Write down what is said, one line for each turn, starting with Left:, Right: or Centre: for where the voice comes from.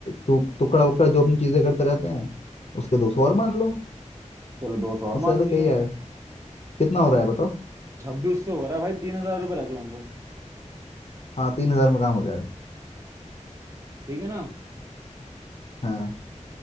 Left: टु, टुकड़ा उकड़ा जो अपनी चीजें करते रहते हैं उसके दो सौ और मान लो
Right: चलो दो सौ और
Left: उससे
Right: मान
Left: ज्यादा क्या
Right: लिए
Left: ही आए कितना हो रहा है बताओ
Right: छब्बीस सौ हो रहा है भाई तीन हजार रुपये रख लेंगे
Left: हाँ तीन हजार में काम हो जाएगा
Right: ठीक है ना
Left: हाँ